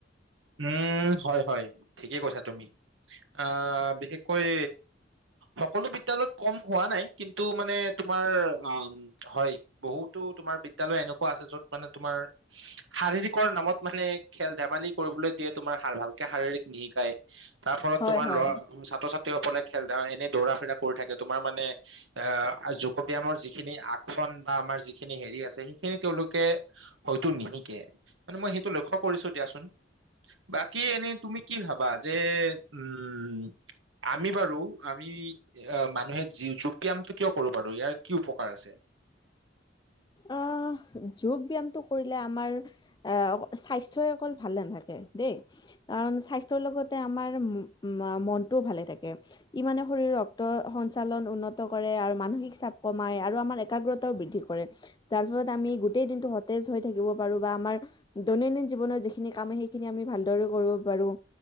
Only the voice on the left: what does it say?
হয়
হয়।
অ', যোগ ব্যায়ামটো কৰিলে আমাৰ আ, স্বাস্থ্যই অকল ভাল নাথাকে, দেই। কাৰণ স্বাস্থ্যৰ লগতে আমাৰ মা-মনটোও ভালে থাকে। ই মানে শৰীৰৰ ৰক্ত সঞ্চালন উন্নত কৰে আৰু মানসিক চাপ কমাই আৰু আমাৰ একাগ্ৰতাও বৃদ্ধি কৰে যাৰ ফলত আমি গোটেই দিনটো সতেজ হৈ থাকিব পাৰোঁ বা আমাৰ দৈনন্দিন জীৱনত যিখিনি কাম সেইখিনি আমি ভালদৰে কৰিব পাৰোঁ।